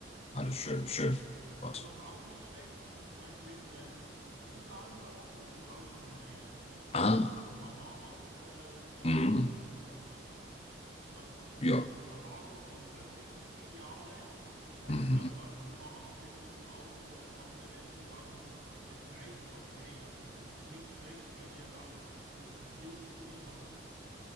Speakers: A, on the left; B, on the right.
A: Alles schön, schön.
B: Also
A: Gott.
B: was auch nicht schlecht ist, ist zum Beispiel eben äh, die Zigarren dort. Es gibt auch einen, äh,
A: Ah,
B: einen Habanos, äh, ähm,
A: mhm.
B: wie sagt man? glaube ich, das ist
A: Ja.
B: eine Habanos und Oettinger Filiale. Das heißt,
A: Mhm.
B: die haben dann kubanische und auch äh, andere Zigarren und der Preis ist okay. Also es ist nicht schlecht, weil du ja da äh, das Duty Free hast.